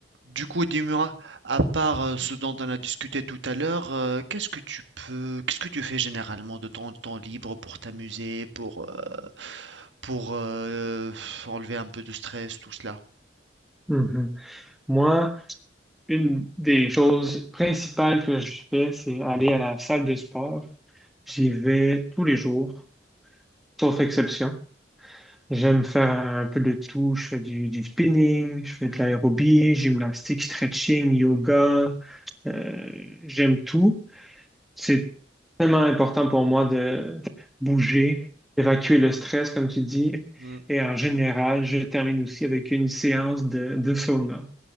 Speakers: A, on the right; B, in the centre.
A: Du coup, dis-moi, à part euh, ce dont on a discuté tout à l'heure, euh, qu'est-ce que tu peux, qu'est-ce que tu fais généralement de ton temps libre pour t'amuser, pour, euh, pour euh, enlever un peu de stress, tout cela?
B: Mhm. Moi, une des choses principales que je fais, c'est aller à la salle de sport. J'y vais tous les jours, sauf exception. J'aime faire un peu de tout. Je fais du, du spinning, je fais de l'aérobie, gymnastique, stretching, yoga. Euh, j'aime tout. C'est tellement important pour moi de bouger, d'évacuer le stress, comme tu dis.
A: Hmm.
B: Et en général, je termine aussi avec une séance de, de sauna.